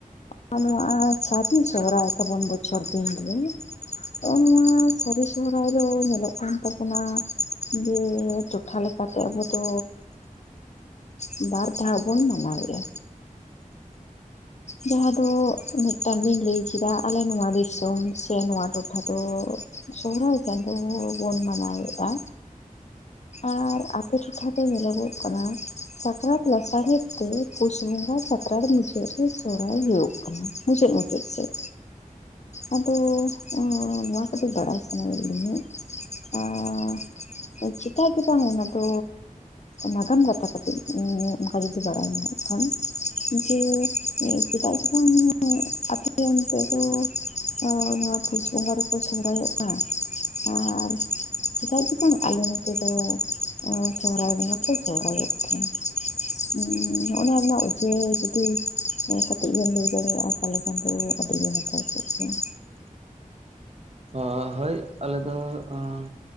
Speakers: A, on the left (about 55°); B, on the right (about 45°).
A: ᱟᱨ ᱱᱚᱣᱟᱻ ᱥᱟᱹᱨᱤ ᱥᱚᱦᱨᱟᱭ ᱛᱟᱵᱚᱱ ᱵᱚᱪᱷᱚᱨ ᱫᱤᱱᱨᱮ᱾ ᱦᱚᱸᱜᱼᱚ ᱱᱚᱣᱟ ᱥᱟᱹᱨᱤ ᱥᱚᱦᱨᱟᱭ ᱫᱚ ᱧᱮᱞᱚᱜ ᱠᱟᱱ ᱛᱟᱵᱳᱱᱟ ᱡᱮ ᱴᱚᱴᱷᱟ ᱞᱮᱠᱟᱛᱮ ᱟᱵᱚ ᱫᱚᱼᱼ ᱚᱻ ᱵᱟᱨ ᱫᱷᱟᱣ ᱵᱚᱱ ᱢᱟᱱᱟᱣᱮᱜᱼᱟ᱾ ᱡᱟᱦᱟᱸ ᱫᱚ ᱢᱤᱫᱴᱟᱝ ᱱᱤᱧ ᱞᱟᱹᱭ ᱠᱮᱫᱟ ᱟᱞᱮ ᱱᱚᱣᱟ ᱫᱤᱥᱚᱢ ᱥᱮ ᱱᱚᱣᱟ ᱴᱚᱴᱷᱟ ᱫᱚᱻᱼᱼ ᱥᱚᱦᱨᱟᱭ ᱪᱟᱸᱫᱳ ᱵᱚᱱ ᱢᱟᱱᱟᱣᱮᱜᱼᱟ᱾ ᱟᱨ ᱟᱯᱮ ᱴᱚᱴᱷᱟ ᱫᱚ ᱧᱮᱞᱚᱜᱚᱜ ᱠᱟᱱᱟ ᱥᱟᱠᱨᱟᱛ ᱞᱟᱥᱟᱲᱦᱮᱫ ᱛᱮ᱾ ᱯᱩᱥ ᱵᱚᱸᱜᱟ ᱥᱟᱠᱨᱟᱛ ᱢᱩᱪᱟᱹᱫ ᱨᱮ ᱥᱚᱦᱨᱟᱭ ᱦᱩᱭᱩᱜ ᱠᱟᱱᱟ ᱢᱩᱪᱟᱹᱫ ᱢᱩᱪᱟᱹᱫ ᱥᱮᱡ᱾ ᱟᱫᱚ ᱚᱻ ᱱᱚᱣᱟ ᱠᱟᱹᱴᱤᱡ ᱵᱟᱲᱟᱭ ᱥᱟᱱᱟᱭᱮᱜ ᱞᱤᱧᱟᱹᱼᱼ ᱟᱸᱻ ᱟ ᱪᱮᱫᱼᱼ ᱡᱟ ᱠᱮᱛᱟ ᱟᱸᱜᱚᱱ ᱚᱱᱟ ᱫᱚᱻ ᱱᱟᱜᱟᱢ ᱠᱟᱛᱷᱟ ᱠᱟᱛᱮ ᱚᱱᱠᱟ ᱡᱩᱫᱤ ᱵᱟᱲᱟᱭ ᱢᱮᱱᱟᱜ ᱠᱷᱟᱱ ᱡᱮ ᱪᱮᱫᱟᱜ ᱥᱮ ᱵᱟᱝ ᱟᱯᱮ ᱚᱱᱛᱮ ᱫᱚᱼᱼ ᱚ ᱱᱚᱣᱟ ᱯᱩᱥ ᱵᱚᱸᱜᱟ ᱨᱮᱠᱚ ᱥᱚᱦᱨᱟᱭᱚᱜᱼᱟ ᱟᱨᱻᱼᱼ ᱪᱮᱫᱟᱜ ᱥᱮ ᱵᱟᱝ ᱟᱞᱮ ᱱᱚᱛᱮ ᱫᱚ ᱚ ᱥᱚᱦᱨᱟᱭ ᱵᱚᱸᱜᱟ ᱠᱚ ᱥᱚᱦᱨᱟᱭᱚᱜ ᱠᱟᱱᱟ᱾ ᱩᱸ ᱚᱱᱟ ᱨᱮᱱᱟᱜ ᱚᱡᱮ ᱡᱩᱫᱤ ᱠᱟᱹᱴᱤᱡ ᱵᱮᱱ ᱞᱟᱹᱭ ᱫᱟᱲᱮᱭᱟᱜᱼᱟ ᱛᱟᱦᱞᱮ ᱠᱷᱟᱱ ᱫᱚ ᱟᱹᱰᱤᱜᱮ ᱱᱟᱯᱟᱭ ᱠᱚᱜ ᱠᱮᱭᱟ᱾
B: ᱚᱻ ᱦᱚᱭ ᱟᱞᱮ ᱫᱚ ᱚᱸᱻ